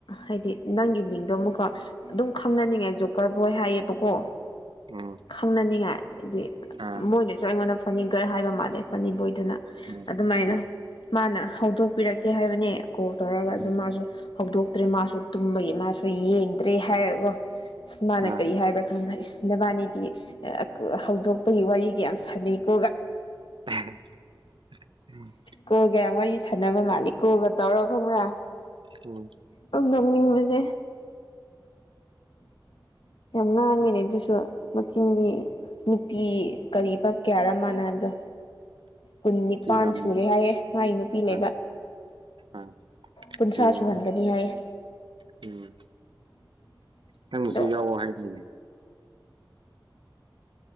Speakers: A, on the left; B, on the right.
A: ꯍꯥꯏꯗꯤ ꯅꯪꯒꯤ ꯃꯤꯡꯗꯣ ꯑꯃꯨꯛꯀꯣ ꯑꯗꯨꯝ ꯈꯪꯅꯅꯤꯡꯉꯥꯏ ꯖꯣꯀꯔ ꯕꯣꯏ ꯍꯥꯏꯌꯦꯕꯀꯣ
B: ꯎꯝ
A: ꯈꯪꯅꯅꯤꯡꯉꯥꯏ ꯍꯥꯏꯗꯤ
B: ꯑꯥ
A: ꯃꯣꯏꯅꯁꯨ ꯑꯩꯉꯣꯟꯗ ꯐꯅꯤꯒꯔ ꯍꯥꯏꯕ ꯃꯥꯜꯂꯦ ꯐꯅꯤꯕꯣꯏꯗꯨꯅ
B: ꯎꯝ
A: ꯑꯗꯨꯃꯥꯏꯅ
B: ꯎꯝ
A: ꯃꯥꯅ ꯍꯧꯗꯣꯛꯄꯤꯔꯛꯀꯦ ꯍꯥꯏꯕꯅꯦ ꯀꯣꯜ ꯇꯧꯔꯒ ꯑꯗꯨꯝ
B: ꯎꯝ
A: ꯃꯥꯁꯨ ꯍꯧꯗꯣꯛꯇ꯭ꯔꯦ ꯃꯥꯁꯨ ꯇꯨꯝꯕꯒꯤ ꯃꯥꯁꯨ ꯌꯦꯡꯗ꯭ꯔꯦ ꯍꯥꯏꯔꯒ ꯑꯁ ꯃꯥꯅ
B: ꯑꯥ
A: ꯀꯔꯤ ꯍꯥꯏꯕ꯭ꯔꯥ ꯈꯪꯗꯦ ꯅꯕꯥꯅꯤꯗꯤ ꯍꯧꯗꯣꯛꯄꯒꯤ ꯋꯥꯔꯤꯒ ꯌꯥꯝ ꯁꯥꯟꯅꯩꯀꯣ
B: ꯎ ꯎꯝ <unintelligible>
A: ꯀꯣꯜ ꯒ ꯌꯥꯝ ꯋꯥꯔꯤ ꯁꯥꯟꯅꯕ ꯃꯥꯜꯂꯤ ꯀꯣꯜ ꯒ ꯇꯧꯔ ꯈꯪꯕ꯭ꯔꯥ
B: ꯎꯝ
A: ꯗꯨꯝ ꯅꯣꯛꯅꯤꯡꯕꯁꯦ <inaudible> ꯌꯥꯝ ꯉꯥꯡꯉꯦꯅꯦ ꯑꯗꯨꯁꯨ ꯃꯆꯤꯟꯗꯤ ꯅꯨꯄꯤ ꯀꯔꯤꯕ ꯀꯌꯥꯔꯥ ꯃꯥꯥꯅ ꯍꯥꯏꯕꯗꯣ ꯀꯨꯟ ꯅꯤꯄꯥꯟ
B: ꯌꯥꯝ
A: ꯁꯨꯔꯦ ꯍꯥꯏꯌꯦ ꯃꯥꯏ ꯅꯨꯄꯤ ꯂꯩꯕ
B: ꯑꯥ ꯑꯥ
A: ꯀꯨꯟꯊ꯭ꯔꯥ
B: ꯁꯨꯔꯝꯃꯅꯤ
A: ꯁꯨꯍꯟꯒꯅꯤ ꯍꯥꯏꯌꯦ
B: ꯎꯝ
A: <inaudible>
B: ꯅꯡꯕꯨꯁꯨ
A: ꯑꯗꯣ
B: ꯌꯥꯎꯑꯣ ꯍꯥꯏꯕꯩꯅꯦ